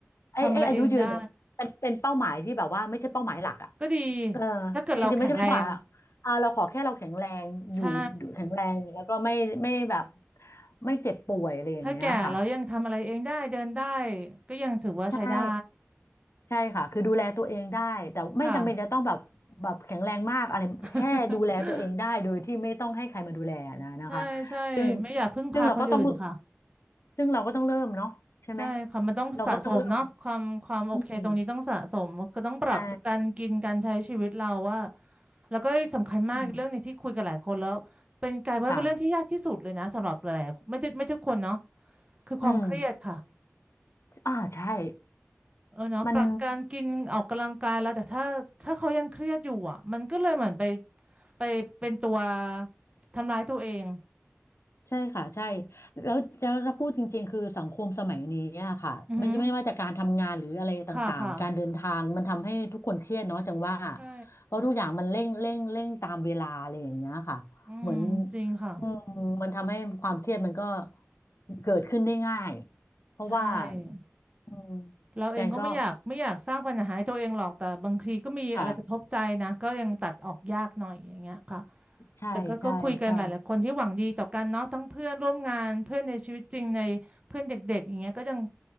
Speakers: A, on the left (about 70°); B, on the right (about 25°).
A: ไอ้ไอ้อายุยืนเนี่ยเป็นเป็นเป้าหมายที่แบบว่าไม่ใช่เป้าหมายหลักอ่ะ
B: ทำอะไรเองได้ก็ดี
A: เออ
B: ถ้าเกิดเราแข็งแรง
A: จริงๆไม่ใช่ไมายหรอกอ่าเราขอแค่เราแข็งแรงอยู่อยู่แข็งแรงแล้วก็ไม่ไม่แบบ
B: ใช่
A: ไม่เจ็บป่วยอะไรอย่างเงี้ยค่ะ
B: ถ้าแก่แล้วยังทำอะไรเองได้เดินได้ก็ยังถือว่าใช้ได้
A: ใช่ ใช่ค่ะ คือดูแลตัวเองได้ แต่ไม่จำเป็นจะต้องแบบแบบแข็งแรงมากอะไรแค่ดูแลตัวเองได้โดยที่ไม่ต้องให้ใครมาดูแลนะนะคะ
B: ค่ะ <laughs> ใช่ใช่ไม่อยากพึ่งพาคนอื่นค่ะ
A: ซึ่งซึ่งเราก็ต้องซึ่งเราก็ต้องเริ่มเนาะใช่ไหม
B: ใช่ค่ะมันต้องสะสมเนาะความความโอเคตรงนี้ต้องสะสมก็ต้องปรับการกินการใช้ชีวิตเราว่า
A: เราก็ต้องเริ่มอืมใช่
B: แล้วก็สำคัญมากอีกเรื่องหนึงที่คุยกับหลายคนแล้วเป็นกลายว่าเป็นเรื่องที่ยากที่สุดเลยนะสำหรับหลายๆไม่ใช่ไม่ทุกคนเนาะ
A: อืมค่ะ
B: คือความเครียดค่ะ
A: อืมอ่าใช่
B: เออเนาะปรับการกินออกกำลังกายแล้วแต่ถ้าถ้าเขายังเครียดอยู่อ่ะมันก็เลยเหมือนไป
A: มัน
B: ไปเป็นตัวทำร้ายตัวเอง
A: ใช่ค่ะใช่แล้วแล้วถ้าพูดจริงๆคือสังคมสมัยนี้อะค่ะไม่ไม่ว่าจะการทำงานหรืออะไรต่างๆการเดินทางมันทำให้ทุกคนเครียดเนาะจังว่า
B: อือหือค่ะค่ะ ใช่
A: เพราะทุกอย่างมันเร่งเร่งเร่งตามเวลาอะไรอย่างเงี้ยค่ะเหมือน
B: อืมจริงค่ะ
A: อืมมันทำให้ความเครียดมันก็เกิดขึ้นได้ง่ายเพราะว่า
B: ใช่
A: อืม
B: เราเองก็ไม่อยากไม่อยากสร้างปัญหาให้ตัวเองหรอก
A: แจงก็
B: แต่บางทีก็มีอะไรกระทบใจนะก็ยังตัดออกยากหน่อยอย่างเงี้ยค่ะ
A: ค่ะใช่ใช่ใช่
B: แต่ก็ก็คุยกันหลายๆคนที่หวังดีต่อกันเนาะทั้งเพื่อนร่วมงานเพื่อนในชีวิตจริงในเพื่อนเด็กๆอย่างเงี้ยก็ยัง